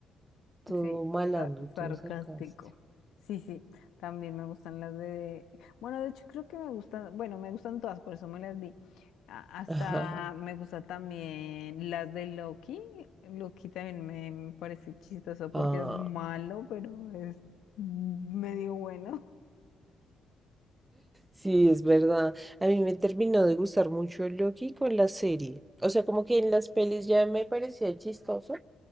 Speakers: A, on the right; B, on the left.
A: todo
B: Sí,
A: malandro,
B: sa- sarcástico.
A: todo sarcástico.
B: Sí, sí, también me gustan las de... Bueno, de hecho creo que me gustan, bueno, me gustan todas, por eso me las vi. A- Hasta
A: <laughs> Ajá.
B: me gusta también las de Loki. Loki también me, me parece chistoso porque
A: Ah,
B: es malo, pero es medio bueno.
A: sí, es verdad. A mí me terminó de gustar mucho Loki con la serie. O sea, como que en las pelis ya me parecía chistoso,